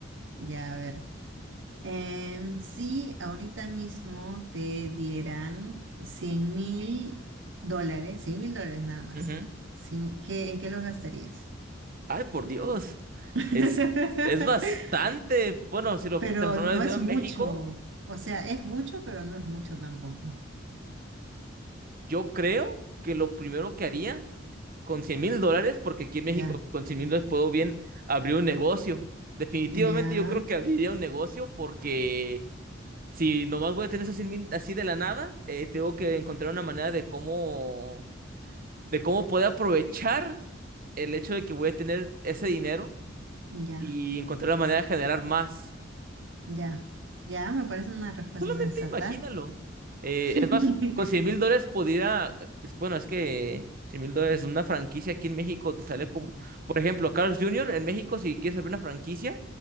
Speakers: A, on the right; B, on the right.
A: Ya, a ver. Em, si ahorita mismo te dieran cien mil dólares, cien mil dólares nada más,
B: Ujú.
A: sin- ¿qué- en qué los gastarías?
B: Ay, por Dios.
A: <laughs>
B: Es, es bastante, bueno, si lo
A: Pero
B: transformara
A: no
B: en dinero
A: es
B: en
A: mucho,
B: México,
A: o sea, es mucho, pero no es mucho tampoco.
B: yo creo que lo primero que haría con cien mil dólares, porque aquí en
A: Ya,
B: México con cien mil dólares puedo bien abrir un negocio. Definitivamente
A: ya,
B: yo creo que abriría un negocio porque si nomás voy a tener esos cien mil así de la nada, eh, tengo que encontrar una manera de cómo, de cómo poder aprovechar el hecho de que voy a tener ese dinero
A: ya,
B: y encontrar la manera de generar más.
A: ya, ya, me parece una respuesta
B: Solamente
A: sensata.
B: imagínalo. Eh,
A: <laughs>
B: es más, con cien mil dólares podría, es- bueno, es que cien mil dólares, una franquicia aquí en México te sale como, por ejemplo, Carlos Junior en México, si quieres abrir una franquicia,